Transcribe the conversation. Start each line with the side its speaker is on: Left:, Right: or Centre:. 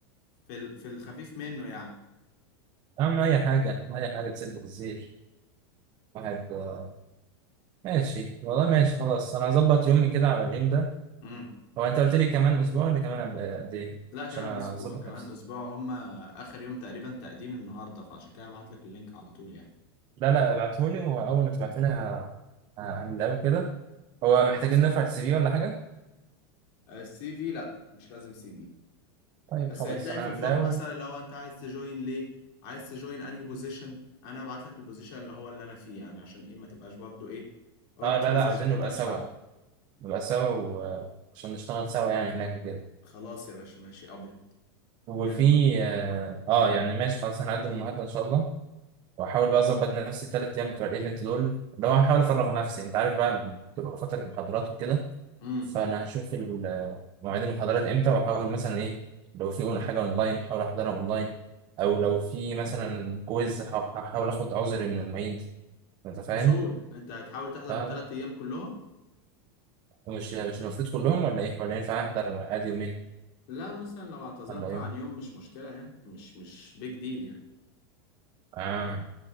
Left: في ال- في الخفيف منه يعني
Right: اهم اي حاجه اي حاجه تسد الزير واحد آه، ماشي والله ماشي خلاص انا هظبط يومي كده على اليوم ده
Left: امم
Right: هو انت قلت لي كمان اسبوع ولا كمان قبل قد ايه
Left: لا كمان
Right: عشان اظبط
Left: اسبوع كمان
Right: نفسي
Left: اسبوع هم اخر يوم تقريبا تقديم النهارده فعشان كده هبعت لك اللينك على طول يعني
Right: لا لا ابعتهولي واول ما تبعتهولي ه- هعمل له كده هو محتاجين
Left: خلاص تمام
Right: نرفع السي في ولا حاجه
Left: السي في لا مش لازم سي في
Right: طيب
Left: بس
Right: خلاص
Left: هتلاقي
Right: انا
Left: في
Right: هعمل
Left: الفورم
Right: له.
Left: مثلا لو انت عايز تجوين ليه عايز تجوين انهي بوزيشن انا هبعت لك البوزيشن اللي هو اللي انا فيه يعني عشان ايه ما تبقاش برضو ايه رحت
Right: اه لا
Left: بوزيشن
Right: لا عاوزين
Left: انت
Right: نبقى
Left: مش
Right: سوا
Left: عارف
Right: نبقى سوا وعشان نشتغل سوا يعني هناك وكده
Left: خلاص يا باشا ماشي ابيض
Right: وفي
Left: الم...
Right: اه آه،
Left: مم.
Right: يعني ماشي خلاص هنقدم النهارده ان شاء الله واحاول بقى اظبط نفسي الثلاث ايام بتوع الايفنت دول ده هو هحاول افرغ نفسي انت عارف بقى بتبقى فتره محاضرات وكده
Left: مم.
Right: فانا هشوف ال- آه، مواعيد المحاضرات امتى واحاول مثلا ايه لو في حاجه اونلاين احاول احضرها اونلاين او لو في مثلا كويز هح- هحاول اخد عذري من المعيد انت فاهم
Left: اصول انت هتحاول تحضر
Right: فمش
Left: الثلاث ايام كلهم
Right: مش المفروض كلهم ولا ايه ولا ينفع احضر ادي يومين
Left: لا مثلا لو اعتذرت
Right: ولا يوم
Left: عن يوم مش مشكلة يعني مش مش بيج ديل يعني
Right: اه,